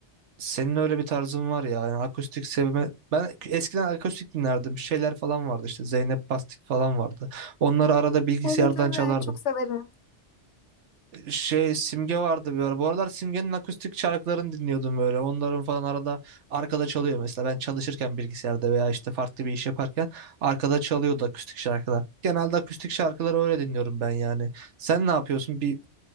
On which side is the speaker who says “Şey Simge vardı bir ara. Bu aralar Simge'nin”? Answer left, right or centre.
Right